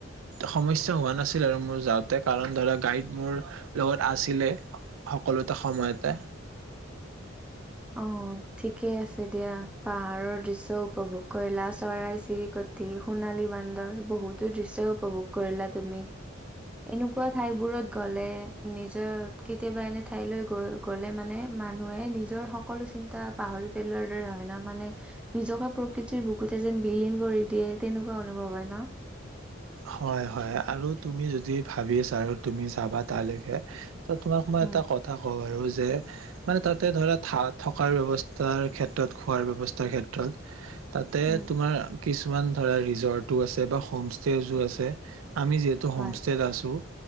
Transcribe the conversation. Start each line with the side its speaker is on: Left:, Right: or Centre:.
Right: সমস্যা হোৱা নাছিল আৰু মোৰ যাওঁতে, কাৰণ ধৰা গাইড মোৰ লগত আছিলে সকলোতে সময়তে।
Centre: অ, ঠিকে আছে দিয়া, পাহাৰৰ দৃশ্য উপভোগ কৰিলা চৰাই-চিৰিকটি, সোণালী বান্দৰ বহুতো দৃশ্য উপভোগ কৰিলা তুমি, এনেকুৱা ঠাইবোৰত গলে নিজৰ কেতিয়াবা এনে ঠাইলৈ গ গলে মানে মানুহে নিজৰ সকলো চিন্তা পাহৰি পেলোৱাৰ দৰে হয় ন, মানে নিজকে প্ৰকৃতিৰ বুকুতে যেন বিলীন কৰি দিয়ে তেনেকুৱা অনুভৱ হয় ন?
Right: হয়-হয় আৰু তুমি যদি ভাবিছা আৰু তুমি যাবা তালৈকে ত তোমাক মই
Centre: উম
Right: এটা কথা কওঁ আৰু যে মানে, তাতে ধৰা থকাৰ ব্যৱস্থাৰ ক্ষেত্ৰত, খোৱাৰ ব্যৱস্থাৰ ক্ষেত্ৰত তাতে
Centre: উম
Right: তোমাৰ কিছুমান ধৰা ৰিজৰ্টটো আছে বা হোম ষ্টেউজো আছে। আমি যিহেতু হোমষ্টেত
Centre: হয়
Right: আছোঁ।